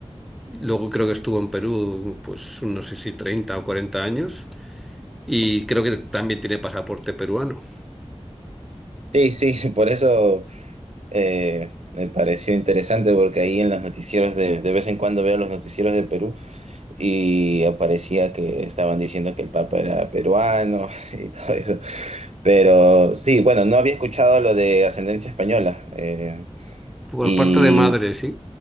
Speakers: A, in the centre; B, on the right.
A: Luego creo que estuvo en Perú, pues no sé si 30 o 40 años, y creo que también tiene pasaporte peruano.
B: Sí, sí, <laughs> por eso eh, me pareció interesante porque ahí en los noticieros de, de vez en cuando veo los noticieros de Perú. y aparecía que estaban diciendo que el Papa era peruano <laughs> y todo eso. Pero sí, bueno, no había escuchado lo de ascendencia española. eh,
A: Por
B: y
A: parte de madre, sí.